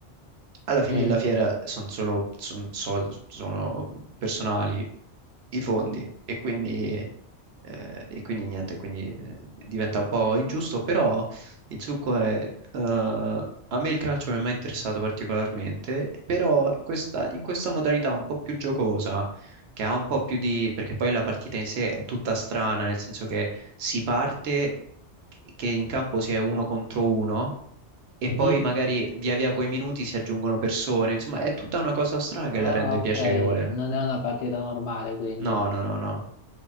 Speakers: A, on the right (about 65°); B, on the left (about 75°).
A: alla fine
B: mm,
A: della fiera sono solo son sol- sono personali i fondi e quindi, eh, e quindi niente, quindi eh, diventa un po' ingiusto, però il succo è... eh, a me il calcio non mi è mai interessato particolarmente, però questa- in questa modalità un po' più giocosa, che ha un po' più di... perché poi la partita in sé è tutta strana, nel senso che si parte che in campo si è uno contro uno e
B: mhm.
A: poi magari via via coi minuti si aggiungono persone, insomma è tutta una cosa strana che
B: Ah,
A: la rende
B: ok,
A: piacevole.
B: non è una partita normale, quindi.
A: No, no, no, no.